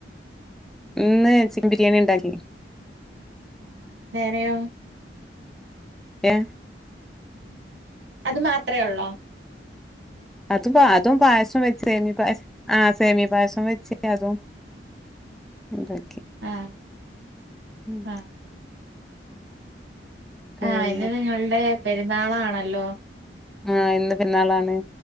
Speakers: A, in the centre; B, on the right.
A: ഇന്ന് ചിക്കൻ ബിരിയാണി ഇണ്ടാക്കി
B: ഉം വേറെയോ
A: ഏം
B: അത് മാത്രേ ഒള്ളോ
A: അത് ബാ തും പായസും വച്ച് സേമിയ പായസം ആ സേമിയ പായസം വെച്ച് ഏതോ ഉണ്ടാക്കി
B: ആഹ്
A: ഉം
B: ആഹ്
A: പിന്നെ
B: ആ ഇന്ന് നിങ്ങളുടെ പെരുന്നാളാണല്ലോ
A: ആ ഇന്ന് പെരുന്നളാണ്